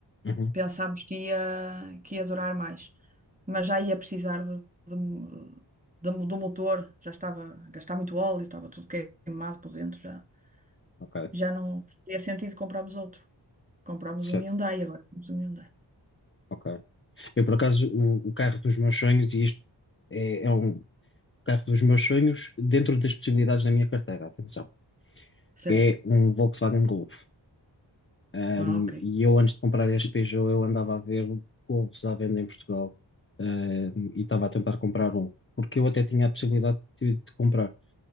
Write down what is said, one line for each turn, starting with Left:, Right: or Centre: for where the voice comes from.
Left: Uhum.
Right: pensámos que ia, que ia durar mais, mas já ia precisar de, de- de- do motor, já estava a gastar muito óleo, estava tudo queimado por dentro, já,
Left: Ok,
Right: já não fazia sentido comprarmos outro. Comprámos
Left: certo.
Right: um Hyundai, agora temos um Hyundai.
Left: Ok. Eu, por acaso, o, o carro dos meus sonhos, e isto é, é um carro dos meus sonhos dentro das possibilidades da minha carteira, atenção,
Right: Certo.
Left: é um Volkswagen Golf. Ahm,
Right: Ah, ok.
Left: e eu, antes de comprar este Peugeot, eu andava a ver Golfs à venda em Portugal, ahm, e estava a tentar comprar um, porque eu até tinha a possibilidade de, de comprar.